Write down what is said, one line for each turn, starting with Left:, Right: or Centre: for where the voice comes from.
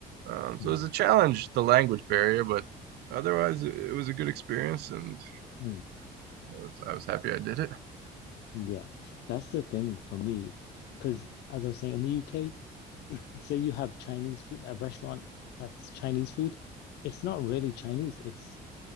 Right: Um, so
Left: Mm,
Right: it was a challenge, the language barrier, but otherwise it was a good experience, and
Left: mm.
Right: I was I was happy I did it.
Left: Yeah, that's the thing for me. Because as I was saying, in the UK, say you have Chinese food, a restaurant that's Chinese food, it's not really Chinese, it's